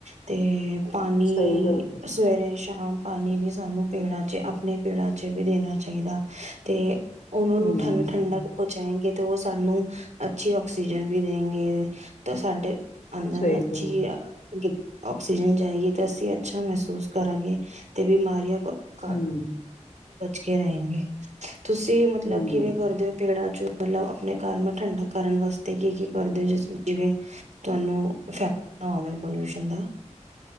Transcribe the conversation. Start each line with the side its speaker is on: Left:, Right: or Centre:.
Right: ਤੇ ਪਾਣੀ
Left: ਸਹੀ ਗੱਲ ਹੈ।
Right: ਸਵੇਰੇ ਆਮ ਪਾਣੀ ਵੀ ਸਾਨੂੰ ਪੀਣਾ, ਜ ਆਪਣੇ ਪੇੜਾ ਚ ਵੀ ਦੇਣਾ ਚਾਹੀਦਾ ਤੇ। ਉਹਨਾਂ
Left: ਹਮ
Right: ਨੂੰ ਠੰ ਠੰਡਕ ਪਹੁੰਚਾਏਗੇ ਤੇ ਉਹ ਸਾਨੂੰ ਅੱਛੀ ਆਕਸੀਜਨ ਵੀ ਦੇਣਗੇ, ਤੇ ਸਾਡੇ ਆਦਾ
Left: ਸਹੀ
Right: ਨਾ, ਅ
Left: ਗੱਲ
Right: ਚੀ
Left: ਹੈ।
Right: ਆਕਸੀਜਨ ਜਾਏਗੀ, ਤੇ ਅਸੀਂ ਅੱਛਾ ਮਹਿਸੂਸ ਕਰਾਂਗੇ ਤੇ ਬਿਮਾਰੀਆਂ ਕਰ
Left: ਹੂੰ,
Right: ਰਹੇਗੇ। ਤੁਸੀਂ ਮਤਲਬ
Left: ਹਮ
Right: ਕਿਵੇਂ ਕਰਦੇ ਹੋ ਪੇੜਾਂ ਚੋ ਮਤਲਬ ਆਪਣੇ ਘਰ ਠੰਢਾ ਕਰਨ ਵਾਸਤੇ ਕੀ ਕੀ ਕਰਦੇ ਹੋ, ਜਿਸ ਜਿਵੇਂ ਤੁਹਾਨੂੰ ਇਫੈਕਟ ਨਾ ਹੋਵੇ ਪੋਲਿਊਸ਼ਨ ਦਾ